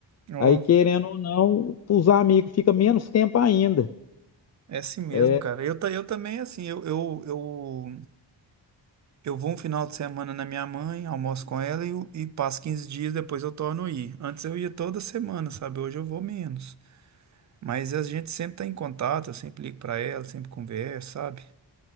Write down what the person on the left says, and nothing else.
Aí, querendo ou não, os amigos fica menos tempo ainda.
É.